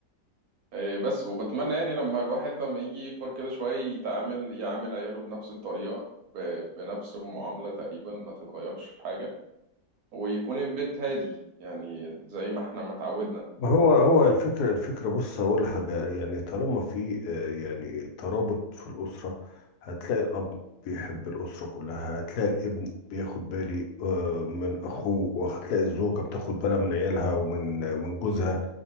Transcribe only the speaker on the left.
ما هو هو الفكرة الفكرة بص هقول حاجة يعني طالما في آه، يعني ترابط في الأسرة هتلاقي الأب بيحب الأسرة كلها هتلاقي الابن بياخد بالي آه، من أخوه وهتلاقي الزوجة بتاخد بالها من عيالها ومن من جوزها